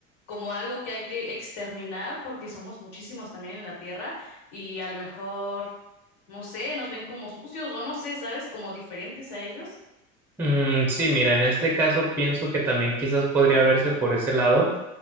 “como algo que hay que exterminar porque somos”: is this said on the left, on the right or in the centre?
Left